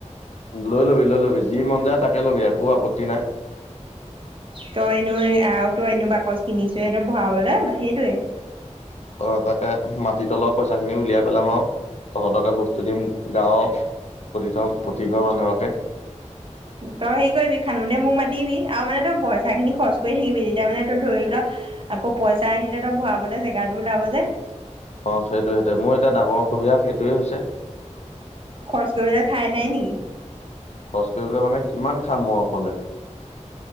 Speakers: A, on the left; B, on the right.
A: লৈ লবি, লৈ লবি যি মন যায় তাকে ল'বি একো আপত্তি নাই।
B: তই এনো আৰু তই এনে বাকচ কিনিছে তই ভৰাবলে সেইটোৱে।
A: অ' তাকে মাটিত অলপ পইচা খিনি উলিয়াই পেলাম আৰু তহঁতকে বস্তু দিম গাঁৱৰ প্ৰতি প্ৰতিঘৰ মানুহকে।
B: তই হেৰি কৰিবি খানোতে মোক মাতিবি আৰু মানে তই পইচা খিনি খৰচ কৰি থাকিবি তেতিয়া মানে তই ধৰি ল'। আকৌ পইচা আহিলে তো ভৰাবলে জেগাটো ওলাব যে।
A: অ, সেইটোৱে সৈতে, মোৰ এতিয়া ডাঙৰ অসুবিধা সেইটোৱে হৈছে।
B: খৰচ কৰিবলৈ ঠাই নাই নেকি?
A: খৰচ কৰিবলৈ মানে কিমান খাম মই অকলে?